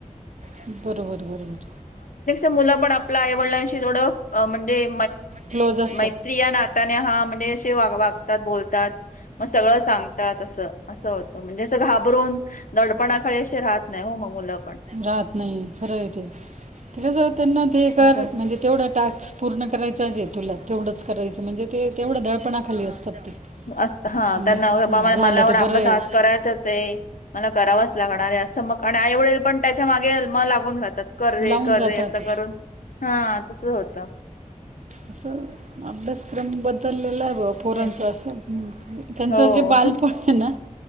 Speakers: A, on the right; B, on the left.
A: असं. बरोबर बरोबर.
B: म्हण आपल्या आईवडिलांशी थोडं म्हणजे
A: क्लोज असतात.
B: मत या नाने हा म्हणजे शे तात बोलतात मग सगळं सांगतात असं असं होतं म्हणजे जं घाबरून दडपणाखळी असे राहत नाही हो मग मुला
A: राहत नाही खरं येत ते ज त्यांना ते म्हणजे
B: असं
A: तेवढा टास्क पूर्ण करायचा आहेजे तुला तेवढंच करायचं म्हणजे तेवढं दळपणाखाली असतात ते
B: अस हा
A: मस्त
B: त्यांना
A: झालं
B: मला
A: ते
B: एढं अभ्यास
A: बरं आहे.
B: आज करायचाच आहे मला करावंच लागणार आहे मग आणि आईवडल पण त्याच्या मागेग लागून राहत कर रे
A: लावून
B: कर
A: जातात
B: रे असं करून हा तस होतं
A: अस अभ्यासक्रम बदललेला आहे पोरांच
B: तेच.
A: असं त्यांचं
B: हो.
A: जे बालपण आहे ना